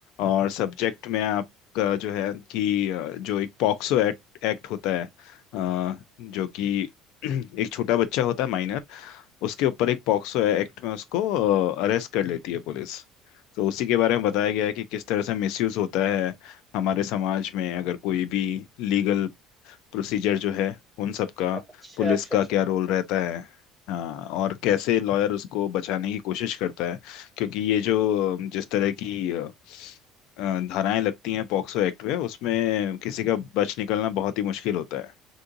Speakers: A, on the left (about 70°); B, in the centre.
A: और सब्जेक्ट में आपका जो है कि अ, जो एक पॉक्सो एक्ट, एक्ट होता है अ, जो कि <clears throat> एक छोटा बच्चा होता है माइनर उसके ऊपर एक पॉक्सो एक्ट में उसको अरेस्ट कर लेती है पुलिस तो उसी के बारे में बताया गया है कि किस तरह से मिसयूज होता है हमारे समाज में अगर कोई भी लीगल प्रोसीजर जो है उन सब का
B: अच्छा अच्छा
A: पुलिस
B: अच्छा अच्छा
A: का क्या
B: अच्छा
A: रोल
B: अच्छा
A: रहता है हाँ और कैसे लॉयर उसको बचाने की कोशिश करता है क्योंकि ये जो अ, जिस तरह की अ, अ, धाराएं लगती हैं पॉक्सो एक्ट में उसमें किसी का बच निकलना बहुत ही मुश्किल होता है